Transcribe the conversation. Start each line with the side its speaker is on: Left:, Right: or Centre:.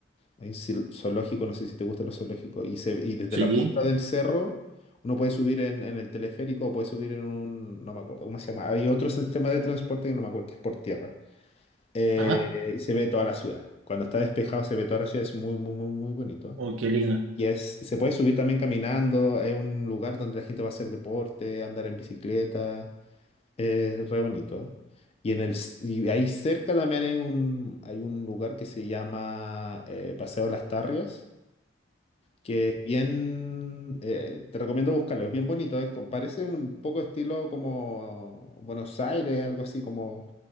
Left: Hay un zil- zoológico, no sé si te gustan los zoológicos. Y, se, y desde
Right: Sí.
Left: la punta del cerro uno puede subir en, en el teleférico o puede subir en un, no me acuerdo cómo se llama. Hay otro sistema de transporte que no me acuerdo, que es por tierra. Eh,
Right: Ajá.
Left: y se ve toda la ciudad. Cuando está despejado se ve toda la ciudad, es muy, muy, muy, muy bonito.
Right: Oh, qué lindo.
Left: Y es, se puede subir también caminando, es un lugar donde la gente va a hacer deporte, andar en bicicleta, es re bonito. Y, en el, s- y ahí cerca también hay un, hay un lugar que se llama eh, Paseo Las Tarrias que es bien, eh, te recomiendo buscarlo, es bien bonito, es, co- parece un poco estilo como Buenos Aires, algo así, como